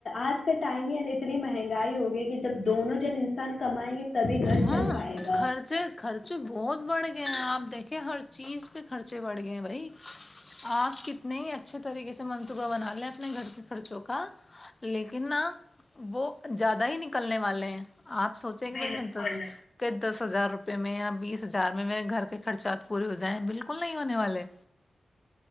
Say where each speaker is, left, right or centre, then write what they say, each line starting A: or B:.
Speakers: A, on the left (about 65°); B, on the left (about 30°).
A: آج کا ٹائم ہی اتنی مہنگائی ہوگی کہ جب دونوں جن انسان کمائیں گے تبھی گھر
B: ہاں
A: چل پائے گا
B: خرچے خرچے بہت بڑھے گ آپ دیکھے ہر چیز پہ خرچے بڑھ گئے بھائی آپ کتنے ہی اچھے طریقے سے منصوبہ بنا لیں اپنے گھر کے خرچوں کا لیکن نا وہ زیادہ ہی نکلنے والے ہیں آپ سوچیں کہ
A: بالکل
B: بھائی میں <unintelligible> س کدر <unintelligible> دس ہزار روپئے میں یا بیس ہزار میں میرے گھر کے خرچات پورے ہو جائیں بالکل نہیں ہونے والے